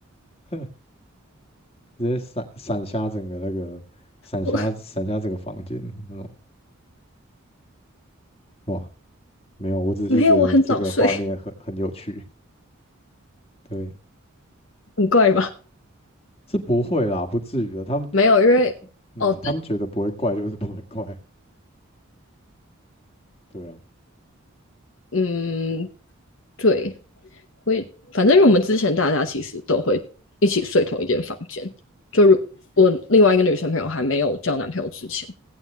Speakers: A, on the left; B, on the left.
A: <laughs> 直接闪闪瞎整个那个，闪瞎闪瞎整个房间那种，
B: 我
A: 哇，没有，
B: <laughs>
A: 我只是觉得这个画面很很有趣。
B: 没有，我很早睡，
A: 对，
B: 很怪吧？
A: 是不会啦，不至于的。他们，
B: 没有，因为哦，
A: 嗯，他们觉得不会怪就是不会怪。对啊，
B: 嗯，对，会反正我们之前大家其实都会一起睡同一间房间。就如我另外一个女生朋友还没有交男朋友之前，